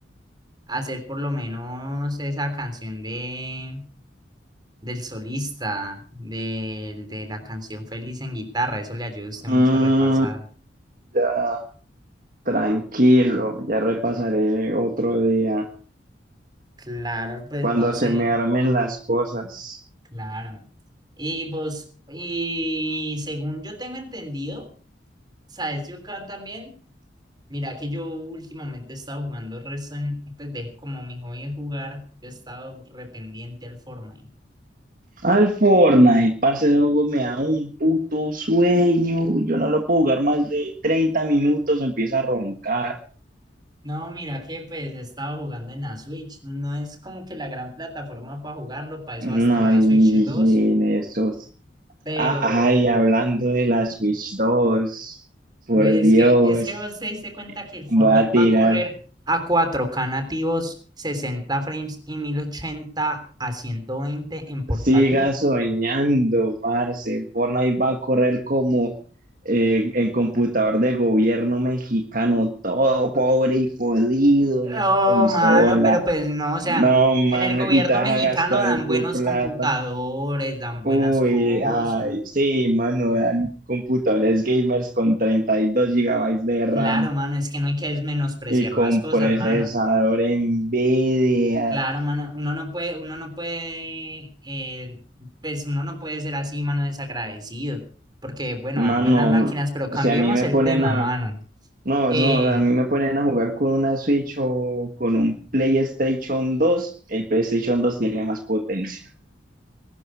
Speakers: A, on the right; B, on the right.
A: hacer por lo menos esa canción de del solista, del- de, la canción Feliz en guitarra. Eso le ayuda a usted
B: Mm,
A: mucho a repasar.
B: ya. Tranquilo, ya repasaré otro día
A: Claro, pues
B: cuando
A: no sé.
B: se me armen las cosas.
A: Claro. Y vos, y según yo tengo entendido, ¿sabes? Yo acá también. Mira que yo últimamente he estado jugando Resident, pues de, como mi hobby es jugar, yo he estado rependiente al Fortnite.
B: Al Fortnite, parce, ese juego me da un puto sueño. Yo no lo puedo jugar más de 30 minutos, empieza a roncar.
A: No, mira que pues he estado jugando en la Switch, no es como que la gran plataforma para jugarlo, para eso
B: No,
A: va a estar la
B: y
A: Switch dos.
B: en esos.
A: pero
B: Ah, ay, hablando de la Switch dos, por
A: ves
B: Dios,
A: que es que vos te diste cuenta que el Fortnite
B: voy a tirar
A: va a correr a cuatro k nativos, 60 frames y 1080 a 120 en portátil.
B: Siga soñando, parce. Fortnite va a correr como eh, el computador de gobierno mexicano, todo pobre y jodido en
A: Oh,
B: esa consola.
A: mano, pero pues no, o sea,
B: No, mano,
A: en el gobierno
B: y te vas
A: mexicano
B: a gastar
A: dan buenos
B: tu plata.
A: computadores, dan buenas
B: Uy,
A: cosas.
B: ay, sí, mano, dan computadores gamers con 32 gigabytes de RAM
A: Claro, mano, es que no hay que menospreciar
B: y con
A: las cosas,
B: procesador
A: mano.
B: NVIDIA.
A: Claro, mano, uno no puede, uno no puede, eh, pues uno no puede ser así, mano, desagradecido, porque bueno,
B: Mano,
A: dan buenas máquinas, pero cambiemos
B: o sea, a mí me
A: el
B: ponen
A: tema,
B: a
A: mano.
B: No,
A: Eh,
B: eso no, o sea, a mí me ponen a jugar con una Switch o con un PlayStation dos El PlayStation dos tiene más potencia.